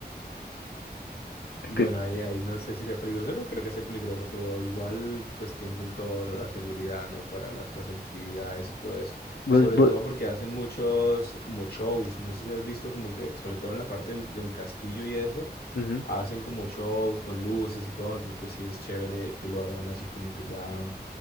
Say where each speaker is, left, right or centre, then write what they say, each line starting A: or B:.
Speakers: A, on the left; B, on the left.
A: Bueno,
B: Que-
A: ahí, ahí no sé si sea peligroso, no creo que sea peligroso, pero igual pues tienen toda la seguridad, ¿no? Para las, las actividades y todo eso.
B: Vos,
A: Sobre
B: vos,
A: todo porque hacen muchos como shows, no sé si has visto como que, sobre todo en la parte del del castillo y eso
B: ujú.
A: hacen como shows con luces y todo, entonces pues sí es chévere que lo hagan así como que ya